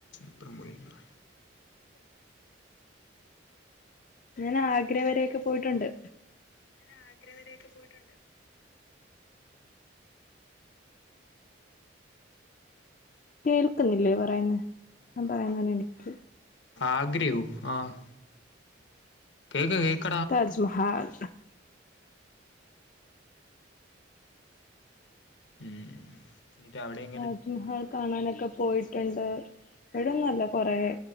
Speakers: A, on the left; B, on the left.
A: അപ്പറം പോയി <unintelligible>
B: ഞാൻ ആഗ്ര വരെയൊക്കെ പോയിട്ടുണ്ട്.
A: ഞാൻ ആഗ്ര വരെയൊക്കെ പോയിട്ടുണ്ട്.
B: കേൾക്ക്‌ന്നില്ലേ പറയുന്നെ ഞാൻ പറയുന്നന്നെ എനിക്ക്‌
A: ആഗ്രെയോ ആഹ് കേക്ക കേക്ക്‌
B: താജ്മഹാൽ
A: ഉംഊമ് ഇങ്ങട്ട്അവിടെ.
B: താജ്മഹൽ കാണാനൊക്കെ പോയിട്ടുണ്ട്ടന്നല്ല കൊറെ.